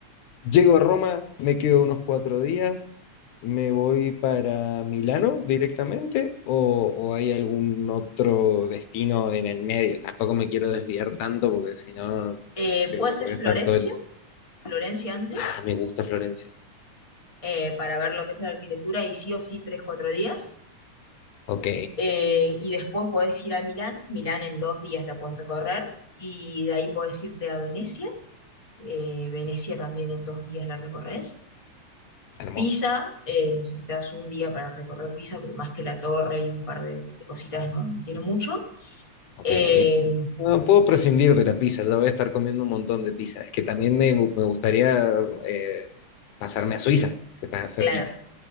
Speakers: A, on the left; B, on the left.
A: Llego a Roma, me quedo unos cuatro días, me voy para Milano directamente o, o hay algún otro destino en el medio. Tampoco me quiero desviar tanto porque si no,
B: Eh,
A: este,
B: puede
A: voy
B: ser Florencia,
A: a estar todo el...
B: Florencia antes,
A: Ah, me gusta Florencia.
B: eh, para ver lo que es la arquitectura y sí o sí tres, cuatro días.
A: Ok,
B: Eh, y después podés ir a Milán, Milán en dos días la podés recorrer y de ahí podés irte a Venecia, eh, Venecia también en dos días la recorres.
A: hermoso.
B: Pisa, eh, necesitas un día para recorrer Pisa, porque más que la torre y un par de, de cositas no, no tiene mucho.
A: Ok.
B: Eh,
A: No puedo prescindir de la pizza, ya voy a estar comiendo un montón de pizza. Es que también me, me gustaría eh, pasarme a Suiza, si está cerquita.
B: claro,